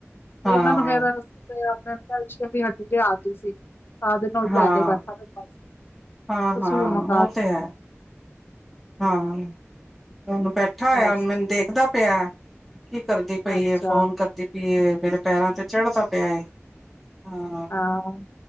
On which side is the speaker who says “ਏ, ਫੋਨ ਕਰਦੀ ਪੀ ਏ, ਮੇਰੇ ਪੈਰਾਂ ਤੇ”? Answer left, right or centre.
Centre